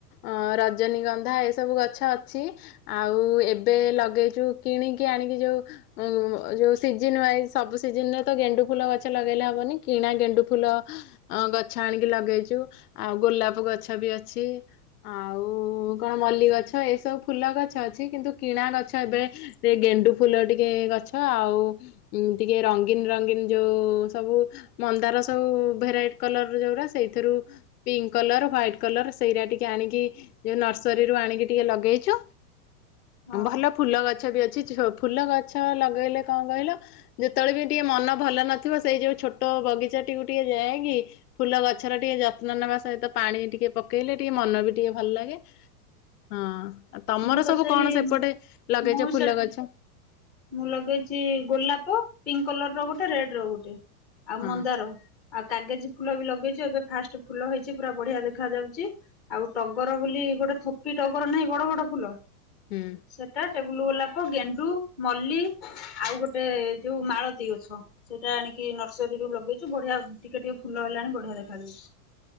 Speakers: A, on the left (about 80°); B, in the centre.
A: ଅଁ ରଜ ଜନୀଗନ୍ଧା ଏସବୁ ଗଛ ଅଛି। ଆଉ ଏବେ ଲଗେଇଛୁ କିଣିକି ଆଣିକି ଯୋଉ ଉ ଯୋଉ ସିଜନ ୱାଇଜ ସବୁ ସିଜନରେ ତ ଗେଣ୍ଡୁ ଫୁଲ ଗଛ ଲଗେଇଲେ ହବନି, କିଣା ଗେଣ୍ଡୁ ଫୁଲ ଗଛ ଆଣିକି ଲଗେଇଛୁ, ଆଉ ଗୋଲାପ ଗଛ ବି ଅଛି। ଆଉ କଣ ମଲ୍ଲ ଗଛ ଏସବୁ ଫୁଲ ଗଛ ଅଛି, କିନ୍ତୁ କିଣା ଗଛ ଏବେ ଗେଣ୍ଡୁ ଫୁଲ ଟିକେ ଗଛ ଆଉ ଉ ଟିକେ ରଙ୍ଗୀନ ରଙ୍ଗୀନ ଯୋଉ ସବୁ ମନ୍ଦାର ସବୁ ଭେରାଇଟି କଲର ଯୋଉରା ସେଇଥିରୁ ପିଙ୍କ କଲର୍, ହ୍ୱାଇଟ୍ କଲର୍ ସେଇରା ଟିକେ ଆଣିକି ଯୋଉ ନର୍ସରୀରୁ ଆଣିକି ଟିକେ ଲଗେଇଛୁ।
B: ହଁ।
A: ଭଲ ଫୁଲ ଗଛ ବି ଅଛି, ଫୁଲ ଗଛ ଲଗେଇଲେ କଣ କହିଲ ଯେତେବେଳେ ବି ଟିକେ ମନ ଭଲ ନଥିବ, ସେଇ ଯୋଉ ଛୋଟ ବଗିଚାଟିକୁ ଟିକେ ଯାଇକି ଫୁଲ ଗଛର ଟିକେ ଯତ୍ନ ନେବା ସହିତ ପାଣି ଟିକେ ପକେଇଲେ, ଟିକେ ମନ ବି ଟିକେ ଭଲ ଲାଗେ। ହଁ ତମର
B: ମୁଁ ତ
A: ସବୁ
B: ସେଇ
A: କଣ ସେପଟେ ଲଗେଇଛ
B: ମୁଁ ସେ
A: ଫୁଲ ଗଛ?
B: ମୁଁ ଲଗେଇଛି ଗୋଲାପ ପିଙ୍କ କଲର ର ଗୋଟେ ରେଡ ର ଗୋଟେ ଆଉ
A: ହଁ
B: ମନ୍ଦାର। ଆଉ କାଗଜି ଫୁଲ ବି ଲଗେଇଛୁ, ଏବେ ଫାଷ୍ଟ ଫୁଲ ହେଇଛି ପୁରା ବଢିଆ ଦେଖା ଯାଉଛି। ଆଉ ଟଗର ବୋଲି ଗୋଟେ ଥୋପି ଟଗର ନାହିଁ, ବଡ ବଡ ଫୁଲ
A: ହୁଁ।
B: ସେଟା ଟେଗୁଲ ଗୋଲାପ, ଗେଣ୍ଡୁ, ମଲ୍ଲି ଆଉ ଗୋଟେ ଯୋଉ ମାଳତୀ ଗଛ। ସେଇଟା ଆଣିକି ନର୍ସରୀରୁୁ ଲଗେଇଛୁ, ବଢିଆ ଟିକେ ଟିକେ ଫୁଲ ହେଲାଣି ବଢିଆ ଦେଖାଯାଉଛି।